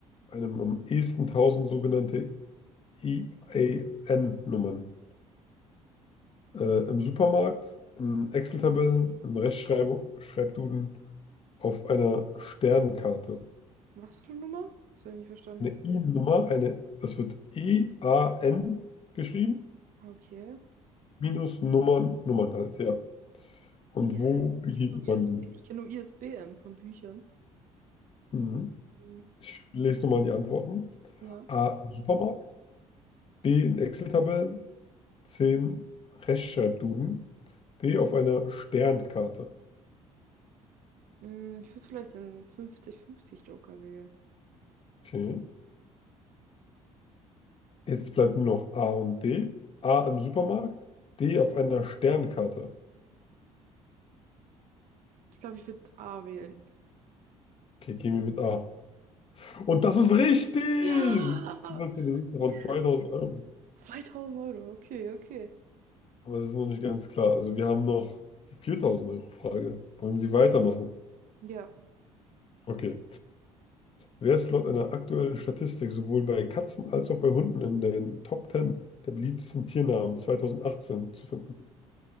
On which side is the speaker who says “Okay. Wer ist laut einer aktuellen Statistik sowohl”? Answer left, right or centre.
Left